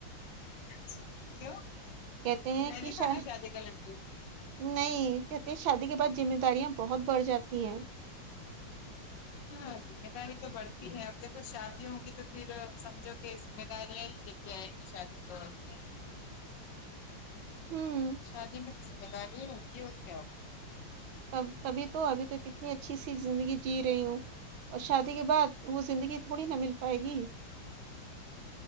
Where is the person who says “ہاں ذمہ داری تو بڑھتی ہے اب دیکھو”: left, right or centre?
Left